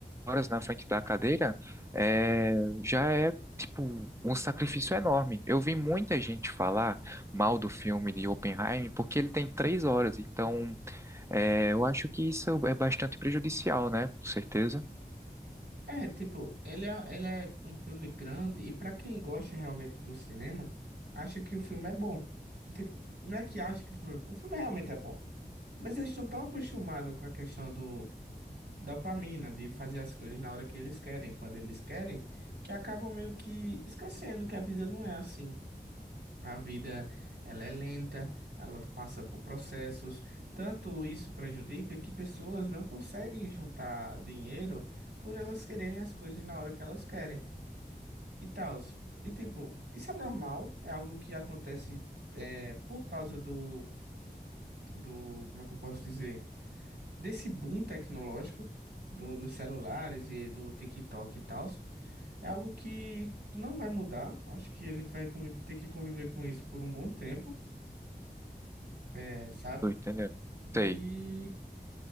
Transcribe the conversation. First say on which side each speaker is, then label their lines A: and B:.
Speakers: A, on the right; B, on the right.
A: horas na frente da cadeira é, já é tipo um sacrifício enorme. Eu vi muita gente falar mal do filme de Oppenheimer porque ele tem três horas, então é, eu acho que isso é bastante prejudicial, né? Com certeza.
B: É, tipo, ele é, ele é um filme grande e pra quem gosta realmente do cinema, acha que o filme é bom. Tipo, não é que acha que o filme é bom, o filme realmente é bom. Mas eles estão tão acostumados com a questão do dopamina, de fazer as coisas na hora que eles querem, quando eles querem, que acabam meio que esquecendo que a vida não é assim. A vida, ela é lenta, ela passa por processos. Tanto isso prejudica que pessoas não conseguem juntar dinheiro por elas quererem as coisas na hora que elas querem e tal. E tipo, isso é normal, é algo que acontece é, por causa do, do, como é que eu posso dizer? Desse boom tecnológico do, dos celulares e do TikTok e tal. É algo que não vai mudar. Acho que a gente vai conviver- ter que conviver com isso por um bom tempo. é, sabe?
A: Tô entendendo.
B: E,
A: Sei.